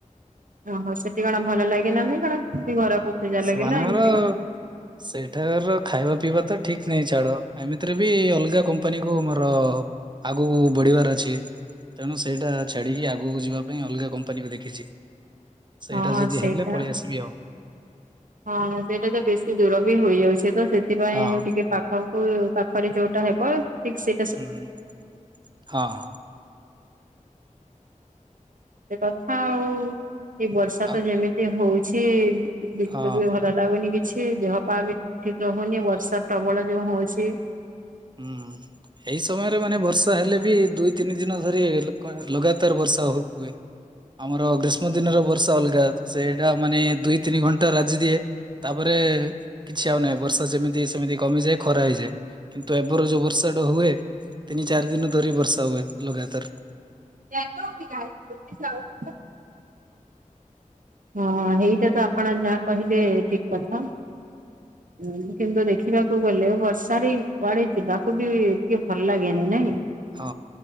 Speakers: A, on the right; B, on the right.
A: ଓହୋ ସେଟି କଣ ଭଲ ଲାଗିଲାନି କଣ? ଏମିତି ଘରକୁ ଖୋଜା
B: ସେମାନଙ୍କର
A: ଲାଗିଲା ଏମତି କଣ?
B: ସେଠାର ଖାଇବା ପିଇବା ତ ଠିକ୍ ନାହିଁ ଛାଡ। ଏମିତିରେ ବି ଅଲଗା କମ୍ପାନୀକୁୁ ମୋର ଆଗକୁ ବଢିବାର ଅଛି। ତେଣୁ ସେଇଟା ଛାଡ଼ିକି ଆଗକୁ ଯିବା ପାଇଁ ଅଲଗା କମ୍ପାନୀକୁ ଦେଖିଛି। ସେଇଟା
A: ହଁ
B: ଯଦି
A: ସେଇଟା
B: ହେଲେ ପଳେଇ ଆସିବି ଆଉ।
A: ହଁ ସେଇଟା ତ ବେଶୀ ଦୂର ବି ହୋଇଯାଉଛି, ତ ସେଥିପାଇଁ
B: ହଁ
A: ଟିକେ ପାଖ୍ ହଉ କୁଲ୍ ପାଖରେ ଯୋଉଟା ହେବ ଠିକ ସେ
B: ଉଁ ହୁଁ ହଁ ହ।
A: ସେ କଥା ଆଉ, ଏ ବର୍ଷା
B: ଆଉ
A: ତ ଯେମିତି ହଉଛି ବିଲକୁଲ୍
B: ହଁ
A: ବି ଭଲ ଲାଗୁନି କିଛି ଦେହ ପା ବି ଠିକ୍ ରହୁନି, ବର୍ଷା ପ୍ରବଳ ଯୋଉ ହଉଛି।
B: ହୁଁ। ଏଇ ସମୟରେ ମାନେ ବର୍ଷା ହେଲେ ବି, ଦୁଇ ତିନି ଦିନ ଧରି ଲଗାତାର ବର୍ଷା ହବ୍ ହୁଏ। ଆମର ଗ୍ରୀଷ୍ମ ଦିନର ବର୍ଷା ଅଲଗା ସେଇଟା ମାନେ ଦୁଇ ତିନି ଘଣ୍ଟା ରାଜି ଦିଏ। ତାପରେ କିଛି ଆଉ ନାହିଁ, ବର୍ଷା ଯେମିତି ସେମିତି କମିଯାଏ ଖରା ହେଇଯାଏ। କିନ୍ତୁ ଏବେର ଯୋଉ ବର୍ଷାଟା ହୁଏ, ତିନି ଚାରି ଦିନ ଧରି ବର୍ଷା ହୁଏ ଲଗାତାର।
A: <unintelligible> ହଁ ହେଇଟାତ ଆପଣ ଯାହା କହିଲେ ଠିକ କଥା।
B: <inaudible>
A: ଉୁଁ କିନ୍ତୁ ଦେଖିବାକୁ ଗଲେ ବର୍ଷାରେ କୁଆଡେ ଯିବାକୁବି ଟିକେ ଭଲ ଲାଗେନି ନାଇଁକି।
B: ହଁ